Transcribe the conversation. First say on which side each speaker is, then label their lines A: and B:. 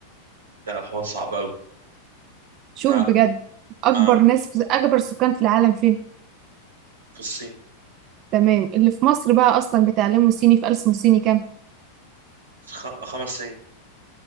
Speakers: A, on the right; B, on the right.
A: لا الحوار صعب قوي
B: شوف
A: لا
B: بجد اكبر
A: ما انا
B: ناس في اكبر سكان في العالم فين
A: في الصين
B: تمام اللي في مصر بقى اصلا بيتعلموا صيني في ألسن صيني كام
A: خ... خمس سنين